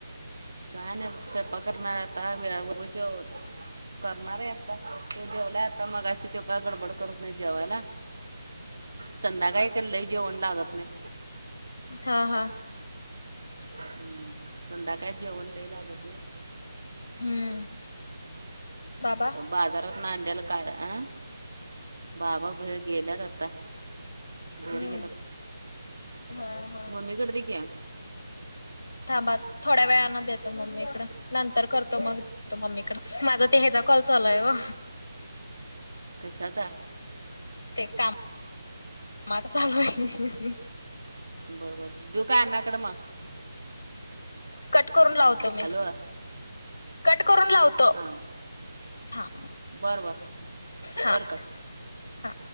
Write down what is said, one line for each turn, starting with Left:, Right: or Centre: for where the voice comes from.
Right: काय नाही बघ, स्वयंपाक करणार आता. वेळेवर जेव करणार आहे आता. त्यो जेवलाय आता मगाशी, ते काय गडबड करत नाही जेवायला.
Left: <inaudible>
Right: संध्याकाळी काय लय जेवण लागत नाही.
Left: हा हा.
Right: हम्म, संध्याकाळी जेवण लय लागत नाही.
Left: हम्म. बाबा
Right: बाजारातनं आणल्यालं काय, आ बाबा भईर गेल्यात आता, घरी
Left: हम्म
Right: गेल्यात.
Left: हा हा
Right: मम्मीकडं दिकी.
Left: थांबा थोड्या वेळना देतो मम्मीकडं, नंतर करतो मग. तो मम्मीकड. माझा ते ह्याचा कॉल चालूय हाय ओ.
Right: कशाचा?
Left: ते काम माचा चालू हाय.
Right: बरबर, देऊ काय आम्याकडं मग?
Left: कट करून लावतो मी,
Right: हॅलो
Left: कट करून लावतो.
Right: हां
Left: हा
Right: बरं बरं
Left: हा.
Right: कर कट
Left: हा